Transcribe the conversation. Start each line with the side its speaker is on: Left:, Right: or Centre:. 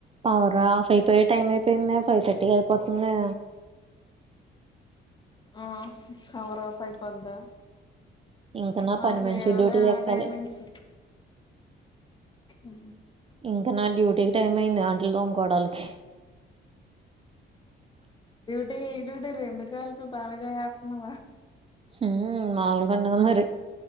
Right: Power off అయి పోయే time అయిపోయింద ఫైవ్ థర్టీ అయిపోతుందా
Left: ఆ కవరా పైపందా
Right: ఇంకా నా
Left: మాకు
Right: పని మనిషి
Left: లేవలే
Right: డ్యూటీ
Left: ఆ
Right: ఎక్కాలి
Left: టైమింగ్స్ ఉ
Right: ఇంకా నా డ్యూటీకి టైం అయింది అంట్లు తోడుకాలకి
Left: ఏ డ్యూటీ రెండు కాలకు బాల జేసెత్నావ
Right: ఉమ్ మాములుగా ఉండదు మరి